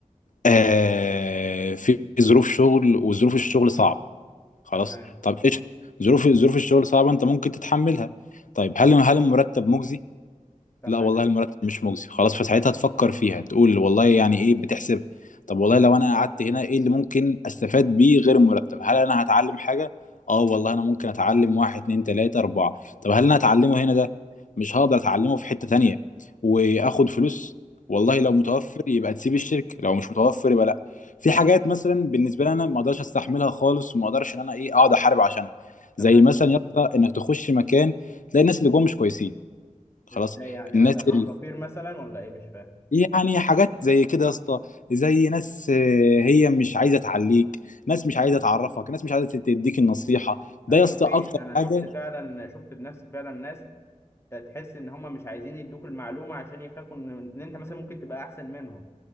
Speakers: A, on the left; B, on the left.
A: آه في ظروف شغل وظروف الشغل صعب خلاص
B: تمام
A: طب ايش ظروف ظروف الشغل صعبه انت ممكن تتحملها طيب هل هل المرتب مجزي
B: تمام
A: لا والله المرتب مش مجزي خلاص فساعتها تفكر فيها تقول والله يعني ايه بتحسبها طب والله لو انا قعدت هنا ايه اللي ممكن استفاد بيه غير المرتب هل انا هتعلم حاجة اه والله انا ممكن اتعلم واحد اتنين تلاتة اربعة طب هل انا هتعلمه هنا ده مش هقدر اتعلمه في حتة تانية واخد فلوس والله
B: مم.
A: لو متوفر يبقى تسيب الشركة لو مش متوفر يبقى لا في حاجات مثلا بالنسبة لي انا ما اقدرش استحملها خالص وما اقدرش ان انا ايه اقعد احارب عشانها
B: تمام
A: زي مثلا يا اسطى انك تخش مكان تلاقي الناس اللي جوه مش كويسين خلاص
B: ازاي يعني
A: الناس
B: مثلا
A: ال...
B: عقاقير مثلا ولا ايه مش فاهم
A: يعني حاجات زي كده يا اسطى زي ناس آه، هي مش عايزه تعليك ناس مش عايزه تعرفك ناس مش عايزه تديك النصيحه ده
B: ايوه
A: يا اسطى
B: في
A: اكتر
B: انا شفت
A: حاجه
B: فعلا شفت بنفسي فعلا ناس تحس ان هم مش عايزين يدوك المعلومه عشان يخافوا ان ان انت مثلا ممكن تبقى احسن منهم